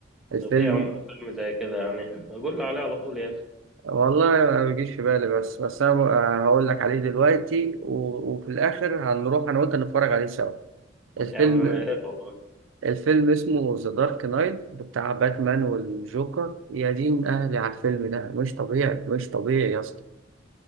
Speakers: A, on the right; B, in the centre.
A: الفيلم
B: طب ايه يا عم فيلم زي كده يعني <laughs> قول لي عليه على طول يا اخي
A: والله ما بيجيش في بالي بس بس انا ب- آه، هقول لك عليه دلوقتي و... وفي الاخر هنروح انا وانت نتفرج عليه سوا الفيلم
B: يا عم انا يا ريت والله
A: الفيلم اسمه ذا دارك نايت بتاع باتمان والجوكر يا دين اهلي على الفيلم ده مش طبيعي مش طبيعي يا اسطى